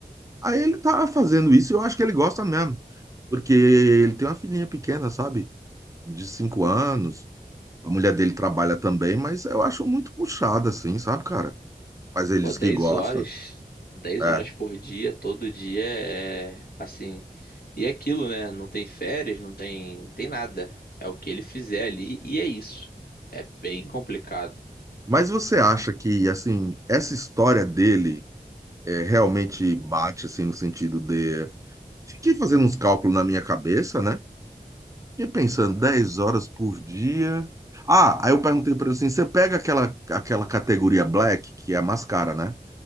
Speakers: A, on the right; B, on the left.
A: Aí ele tá fazendo isso, e eu acho que ele gosta mesmo, porque ele tem uma filhinha pequena, sabe? De 5 anos. A mulher dele trabalha também, mas eu acho muito puxada assim, sabe, cara? Mas ele
B: Pô,
A: diz
B: 10
A: que gosta,
B: horas, dez
A: é.
B: horas por dia, todo dia é assim. E é aquilo, né? Não tem férias, não tem, não tem nada. É o que ele fizer ali e é isso. É bem complicado.
A: Mas você acha que assim, essa história dele é, realmente bate assim no sentido de Fiquei fazendo uns cálculos na minha cabeça, né? E pensando, 10 horas por dia. Ah, aí eu perguntei pra ele assim: você pega aquela, aquela categoria black, que é a mais cara, né?